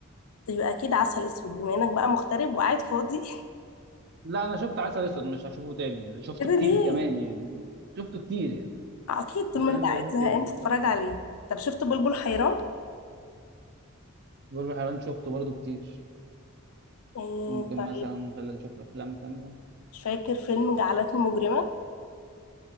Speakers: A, on the left; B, on the right.
A: طيب، يبقى اكيد عسل اسود بما انك بقى مغترب وقاعد فاضي
B: لا أنا شفت عسل أسود مش هشوفه تاني يعني شفته
A: <laughs> كده
B: كتير
A: ليه
B: كمان يعني شفته كتير يعني
A: آه، اكيد طول
B: مش
A: ما
B: هينفع
A: انت قاعد
B: أشوفه
A: زهقان
B: تاني
A: تتفرج عليه طب شفت بلبل حيران
B: بلبل حيران شفته برضه كتير
A: إيه
B: ممكن
A: طيب
B: مثلا خلينا نشوف أفلام تانية
A: مش فاكر فيلم جعلتني مجرمه